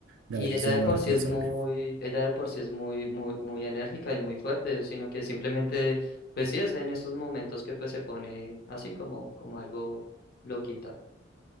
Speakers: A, on the right; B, on the left.
A: la
B: Y
A: decisión
B: ella de
A: más
B: por
A: responsable.
B: sí es muy, ella de por sí es muy, muy, muy enérgica y muy fuerte, sino que simplemente, pues sí, es en estos momentos que pues se pone así como, como algo loquita.